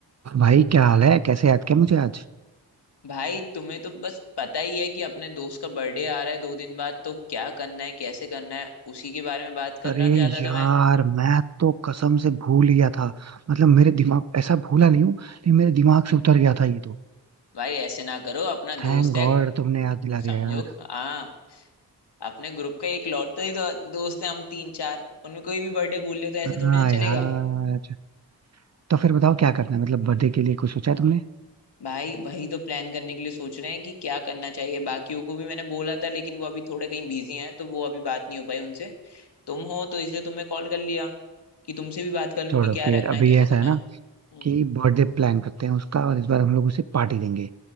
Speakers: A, on the right; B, on the left.
A: और भाई क्या हाल है कैसे याद किया मुझे आज
B: भाई तुम्हें तो बस पता ही है कि अपने दोस्त का बर्थडे आ रहा है दो दिन बाद तो क्या करना है कैसे करना है उसी के बारे में बात करना
A: अरे
B: चाहता
A: यार
B: था मैं
A: मैं तो कसम से भूल गया था मतलब मेरे दिमाग ऐसा भूला नहीं हूँ लेकिन मेरे दिमाग से उतर गया था ये तो
B: भाई ऐसे ना करो अपना
A: थैंक
B: दोस्त है
A: गॉड तुमने याद दिला दिया
B: समझो
A: यार
B: हाँ अपने ग्रुप का एक लौटता ही तो दोस्त है हम तीन चार उनमें कोई भी बर्थडे भूल ले तो ऐसे थोड़ी
A: हाँ
B: ना
A: यार
B: चलेगा
A: तो फिर बताओ क्या करना है मतलब बर्थडे के लिए कुछ सोचा है तुमने
B: भाई वही तो प्लान करने के लिए सोच रहे हैं कि क्या करना चाहिए बाकियों को भी मैंने बोला था लेकिन वो अभी थोड़े कहीं बिजी हैं तो वो अभी बात नहीं हो पाई उनसे तुम हो तो इसलिए तुम्हें कॉल कर लिया कि तुमसे भी बात कर लूं
A: छोड़ो
B: कि क्या
A: फिर
B: रखना
A: अभी
B: है कैसे
A: ऐसा
B: करना
A: है ना
B: है हम्म।
A: कि बर्थडे प्लान करते हैं उसका और इस बार हम लोग उसे पार्टी देंगे